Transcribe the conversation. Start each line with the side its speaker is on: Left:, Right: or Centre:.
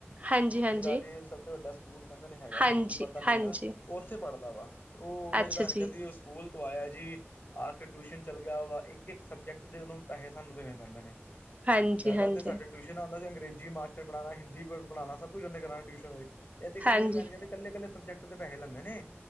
Right: ਹਾਂਜੀ, ਹਾਂਜੀ।
Left: ਜਗਾਘਰੀ ਸਭ ਤੋਂ ਵੱਡਾ ਸਕੂਲ ਕਹਿੰਦੇ ਨੇ ਹੈਗਾ
Right: ਹਾਂਜੀ,
Left: ਮੈਨੂੰ ਤੇ ਪਤਾ ਨੀ
Right: ਹਾਂਜੀ
Left: ਗਾ। ਤੇ ਉਹ ਉੱਥੇ ਪੜਦਾ ਵਾ ਉਹ ਮੇਰੀ
Right: ਅੱਛਾ
Left: ਭੈਣ
Right: ਜੀ,
Left: ਕਹਿੰਦੀ ਏ ਉਸ- ਸਕੂਲ ਤੋਂ ਆਇਆ ਜੀ ਆ ਕੇ ਟਿਊਸ਼ਨ ਚੱਲ ਗਿਆ ਵਾ ਇੱਕ - ਇੱਕ ਸਬਜੈਕਟ, ਦੇ ਉਹਨੂੰ ਪੈਸੇ ਸਾਨੂੰ ਦੇਣੇ ਪੈਂਦੇ ਨੇ
Right: ਹਾਂਜੀ,
Left: ਪਹਿਲਾਂ
Right: ਹਾਂਜੀ।
Left: ਤਾਂ ਸਾਡੇ, ਟਿਊਸ਼ਨ ਆਂ ਅਤੇ ਅੰਗਰੇਜ਼ੀ ਮਾਟਰ ਪੜਾਣਾ ਹਿੰਦੀ ਪੜਾਉਣਾ ਸਭ ਕੁਝ ਊਨੇ ਕਰਾਣਾ ਟਿਊਸ਼ਨ, ਇਹ ਤੇ ਕਹਿੰਨੀ
Right: ਹਾਂਜੀ,
Left: ਮੇਰੀ ਭੈਣ ਕਹਿੰਦੇ ਕੱਲੇ - ਕੱਲੇ ਸਬਜੈਕਟ ਦੇ ਪੈਹੇ ਲੈਂਦੇ ਨੇ।